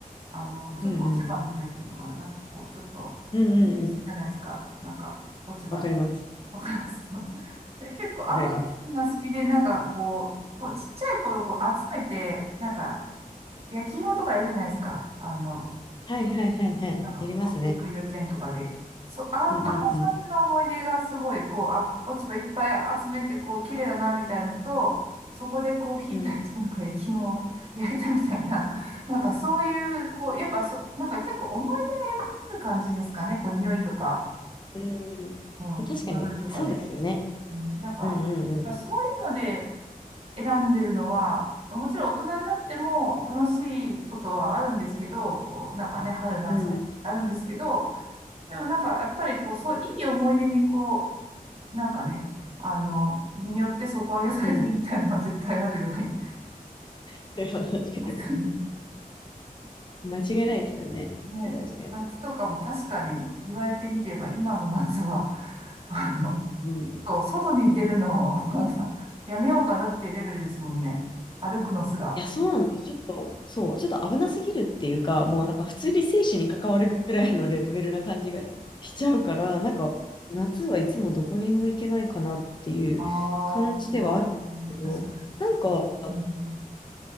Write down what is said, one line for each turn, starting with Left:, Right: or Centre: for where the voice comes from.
Right: あの、ちょっと落ち葉の匂いっていうのかな。
Left: うん、うん、うん、
Right: なんかこう、ちょっと、
Left: うん、うんうんうん。
Right: 匂いするじゃないですか。なんか、落ち葉、
Left: わかります。
Right: わかります <laughs> で、結構あの匂いが好きで、
Left: わかります。
Right: なんかこう、こうちっちゃい頃こう集めて、なんか、焼き芋とかやるじゃないですか。あの、
Left: はい、はい、はい、はい。
Right: なんか、
Left: やりますね。
Right: 保育幼稚園とかで、そ、あ、あの感じの思い出がすごい、
Left: うん、うん、うん。
Right: こう、あ、落ち葉いっぱい集めて、こう、綺麗だな、みたいのと、そこでこう、火炊いて、
Left: うん。
Right: なんか焼き芋を焼いたみたいな、なんかそういう、こう、やっぱそ、なんか結構思い出がよくある感じですかね、こう、匂いとか、
Left: うん。まあ確かに、
Right: うん、彩りとかで。
Left: そうですよね。
Right: うん、なんか、
Left: うんうんうん。
Right: やっぱそういうので選んでるのは、もちろん大人になっても楽しいことはあるんですけど、こう、なんかね、春夏あるんですけど、
Left: うん、
Right: でもなんか、やっぱりこう、そう、いい思い出にこう、なんかね、あの、によって底上げされてるみたいなのは絶対あるよね。
Left: うん。<laughs> それは確かに。
Right: <laughs>
Left: 間違いないですよね。
Right: ね、
Left: 確かに。
Right: 夏とかも確かに言われてみれば、今の夏は、あの、
Left: うん。い
Right: そう外に出るのを、<laughs> なんか、やめようかなっていうレベルですもんね。歩くのすら。
Left: や、そうなんです。ちょっと、そう、ちょっと危なすぎるっていうか、もうなんか普通に生死に関わるぐらいのレベルな感じがしちゃうから、
Right: あ
Left: なんか夏はいつもどこにも行けないかなっていう感じではあるんですけど、
Right: ああ、確かに。
Left: なんか、
Right: うん